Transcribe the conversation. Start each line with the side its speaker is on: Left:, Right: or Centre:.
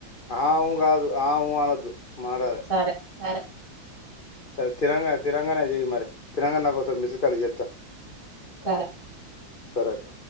Left: ఆ ఉ గాద్. ఆ ఉ అనోద్దు మాడాలే.
Right: సరే సరే
Left: సరే తినంగానే, తినంగానే చేయి మరి, తినంగానే నాకు ఒకసారి మిసిడ్ కాల్ ఇయ్యి జేత్తా.
Right: సరే
Left: సరే అక్క.